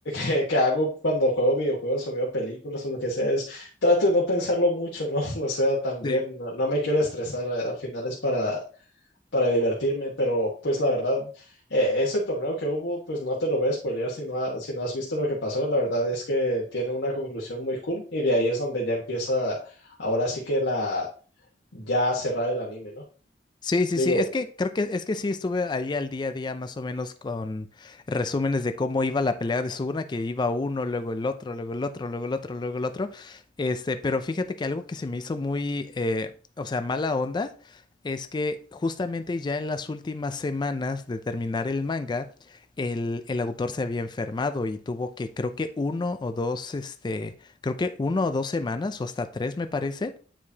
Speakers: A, on the left; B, on the left.
A: que, que hago cuando juego videojuegos o veo películas o lo que sea, es trato de no pensarlo mucho, ¿no? <laughs> O sea, también
B: sí.
A: no, no me quiero estresar, a- al final es para, para divertirme, pero pues la verdad, eh, ese torneo que hubo, pues no te lo voy a spoilear si no, ha- si no has visto lo que pasó, la verdad es que tiene una conclusión muy cool y de ahí es donde ya empieza ahora sí que la, ya a cerrar el anime, ¿no?
B: Sí, sí,
A: Digo,
B: sí. Es que creo que es que sí estuve ahí al día a día más o menos con resúmenes de cómo iba la pelea de Suguna, que iba uno, luego el otro, luego el otro, luego el otro, luego el otro. Este, pero fíjate que algo que se me hizo muy, eh, o sea, mala onda, es que justamente ya en las últimas semanas de terminar el manga, el, el autor se había enfermado y tuvo que, creo que uno o dos, este, creo que uno o dos semanas, o hasta tres me parece